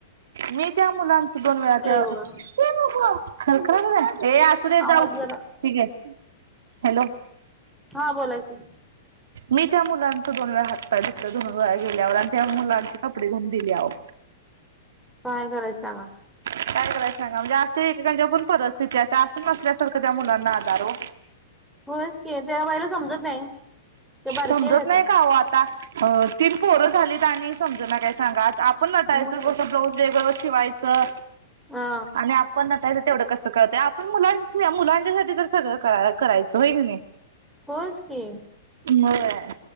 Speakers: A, on the right; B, in the centre.
A: मी त्या मुलांची दोन वेळा ते
B: बघा
A: खडखरा आहे. ए आसू र
B: आवाज
A: जाऊ ठीक
B: जरा
A: आहे हॅलो
B: हा बोलायचं.
A: मी त्या मुलांच दोन वेळा हात फुतधुन गेल्यावर आणि त्या मुलांचे कपडे धुवून दिले अहो
B: काय कराय सांगा
A: काय करायचं सांग म्हणजे असे एककच्या पण परिस्थिती अशी असून नसल्यासारखं त्या मुलांना आधार हो
B: होच की तेला बाईला समजत नाही. ते बारकी
A: समजत
B: आहे आता
A: नाही का हो आता तीन पोरं झालीत आणि समज ना काय सांगात. आपण नटायचं
B: मग
A: कसं ब्लाउऊज वेग शिवायचं
B: हा
A: आणि आपण नटायचं तेवढं कस कत आपण मुलांच मुलांच्यासाठी तर सगळं क करायचं होय क नाही.
B: होच की
A: होय